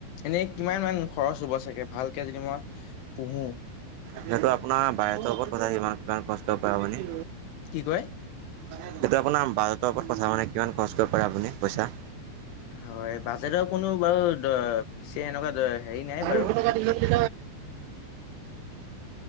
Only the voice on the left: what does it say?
এনে কিমান মান খৰচ হ'ব চাগে ভালকে যদি মই পুহূ।
কি কয়?
হয় বাজেটৰ কোনো বাৰুি এনেকুৱা হেৰি নাই
বাৰু